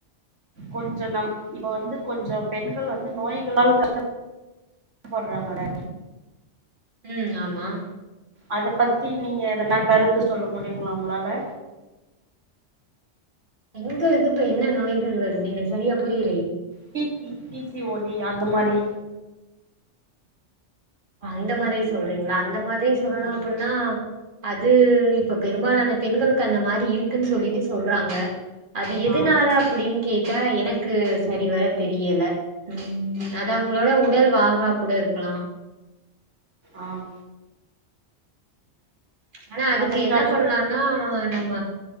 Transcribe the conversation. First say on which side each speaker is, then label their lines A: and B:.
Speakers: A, on the right (about 85°); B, on the right (about 45°).
A: கொஞ்ச நம் இப்ப வந்து கொஞ்ச பெண்கள் வந்து நோய்களால் கஷ்டப் போடுறாங்களே
B: உம் ஆமா
A: அத பத்தி நீங்க எதனா கருத் <unintelligible> சொல்ல முடியுங்களா உங்களால
B: பெண்களுக்கு இப்ப என்ன நோய்கள் வருது எனக்கு சரியா புரிய
A: P C P C O D C அந்த மாரி
B: அந்த மாரி சொல்ரீங்களா அந்த மாதிரி சொல்லணு
A: ஆ
B: அப்பிடின்னா அது இப்ப பெரும்பாலான பெண்களுக்கு அந்த மாரி இருக்குன்னு சொல்லிட்டு சொல்றாங்க அது எதுனால
A: ஆ
B: அப்படின் கேட்டா எனக்கு சரி வர தெரியல உம் அத அவங்களோட உடல் வாகா கூட இருக்கலா
A: ஆஹ்
B: ஆனா அதுக்கு
A: அதற்கான
B: என்ன பண்லானா நம்ம